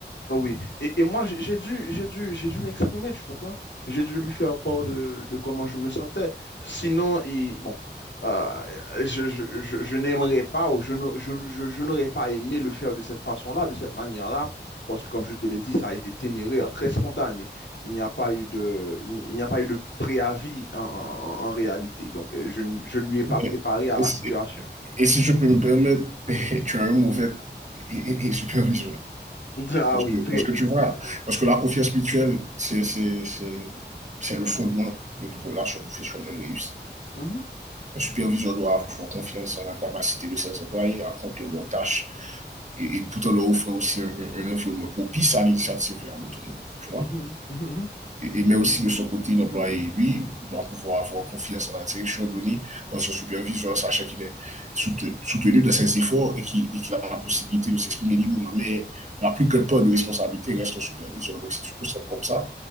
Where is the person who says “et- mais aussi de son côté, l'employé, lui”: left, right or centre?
Right